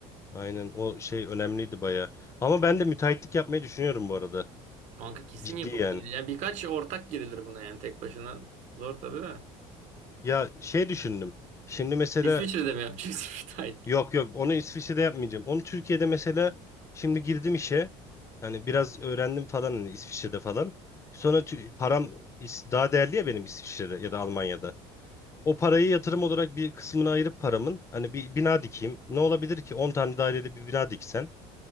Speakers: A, on the left; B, on the right.
A: Aynen o şey önemliydi baya. Ama ben de müteahhitlik yapmayı düşünüyorum bu arada.
B: Kanka kesin
A: Ciddi
B: yapılır.
A: yani.
B: Yani birkaç ortak girilir buna yani tek başına. Zor tabii de.
A: Ya şey düşündüm. Şimdi mesela
B: İsviçre'de mi yapacağız <laughs> müteahhitliği?
A: Yok yok onu İsviçre'de yapmayacağım. Onu Türkiye'de mesela şimdi girdim işe. Hani biraz öğrendim falan hani İsviçre'de falan. Sonra tü- param is- daha değerli ya benim İsviçre'de ya da Almanya'da. O parayı yatırım olarak bir kısmını ayırıp paramın hani bir bina dikeyim. Ne olabilir ki 10 tane dairede bir bina diksen